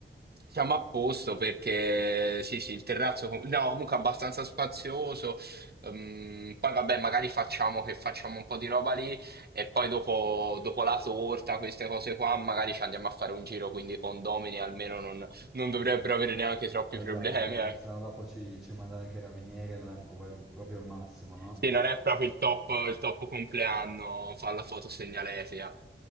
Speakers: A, on the right; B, in the centre.
A: siamo a posto perché sì, sì, il terrazzo com- no, comunque abbastanza spazioso. Ehm, poi vabbè, magari facciamo che facciamo un po' di roba lì. E poi dopo, dopo la torta, queste cose qua, magari ci andiamo a fare un giro, quindi i condomini almeno non, non dovrebbero avere neanche troppi
B: Esatto,
A: problemi. Ecco.
B: se no dopo ci, ci mandano i carabinieri, non è proprio, proprio il massimo, no?
A: Sì, non è proprio il top, il top compleanno, fa la foto segnaletica.